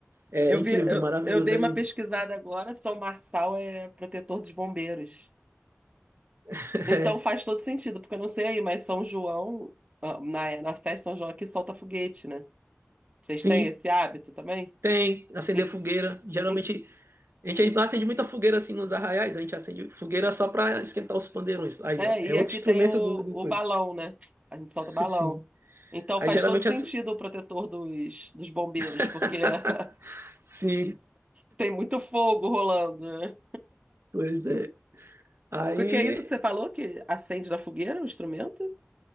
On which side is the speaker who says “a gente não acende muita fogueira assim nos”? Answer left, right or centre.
Right